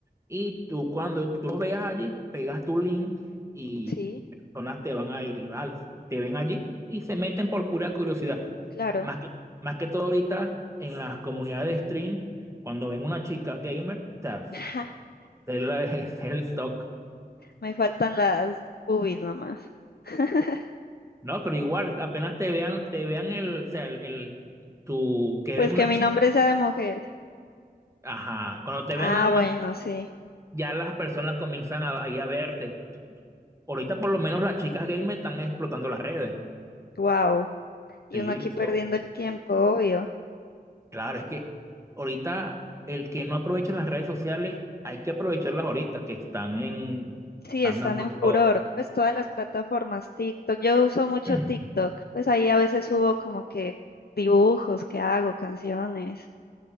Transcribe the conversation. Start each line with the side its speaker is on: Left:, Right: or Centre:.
Right: y tú cuando tú los veas allí, pegas tu link y
Left: Sí,
Right: personas te van a ir, al- te ven allí y se meten por pura curiosidad.
Left: claro.
Right: Más que, más que todo ahorita en las comunidades de stream, cuando ven una chica gamer, o sea,
Left: <laughs>
Right: es la- <laughs> es el talk.
Left: Me faltan las boobies nomás. <laughs>
Right: No, pero igual, apenas te vean, te vean el, o sea, el, el- tú que eres
Left: Pues
Right: una
Left: que mi
Right: chica
Left: nombre sea de mujer.
Right: Ajá, cuando te
Left: Ah,
Right: vean nada más,
Left: bueno, sí.
Right: ya las personas comienzan a, ahí a verte. Tú- tú- Ahorita por lo menos las chicas gamer están explotando las redes.
Left: Wow. Y
Right: Sí,
Left: uno aquí
Right: eso.
Left: perdiendo el tiempo, obvio.
Right: Claro, es que ahorita el que no aprovecha las redes sociales, hay que aprovecharlas ahorita que están en,
Left: Sí,
Right: están
Left: están
Right: dando
Left: en furor,
Right: todo.
Left: pues todas las plataformas, TikTok, yo uso mucho
Right: <clears throat>
Left: TikTok, pues ahí a veces subo como que dibujos que hago, canciones.